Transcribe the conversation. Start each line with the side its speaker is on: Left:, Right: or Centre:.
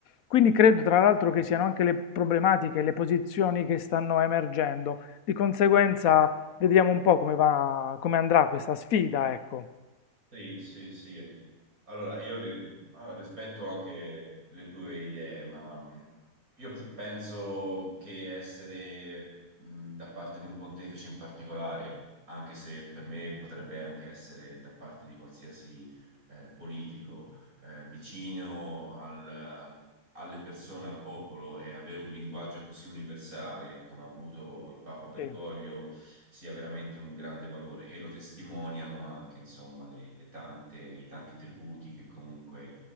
Left: quindi credo tra l'altro che siano anche le problematiche, le posizioni che stanno emergendo. Di conseguenza vediamo un po' come va, come andrà questa sfida, ecco.
Right: Sì, sì, sì. Allora, io ri- ah, rispetto anche le tue idee, ma io p- penso che essere mh, da parte di un pontefice in particolare, anche se per me potrebbe anche essere da parte di qualsiasi eh, politico, eh, vicino al, alle persone, al popolo e avere un linguaggio così universale come ha avuto il Papa Bergoglio
Left: Sì,
Right: sia veramente un grande valore e lo testimoniano anche, insomma, le, le tante, i tanti tributi che comunque